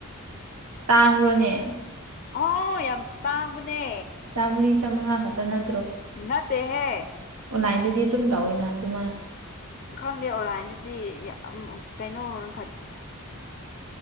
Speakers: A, on the right (about 90°); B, on the left (about 40°).
A: ꯇꯥꯡꯉꯨꯔꯣꯅꯦ
B: ꯍ ꯌꯥꯝ ꯇꯥꯡꯕꯅꯦ
A: ꯆꯥ ꯆ ꯃꯉꯥ ꯈꯇꯅ
B: ꯅꯠꯇ ꯍ
A: ꯑꯣꯟꯂꯥꯏꯟꯗꯗꯤ ꯑꯗꯨꯝ ꯇꯧꯋꯏꯅ ꯑꯗꯨꯃꯥꯏꯅ
B: ꯈꯪꯗꯦ ꯑꯣꯟꯂꯥꯏꯟꯗꯗꯤ ꯀꯩꯅꯣ ꯈ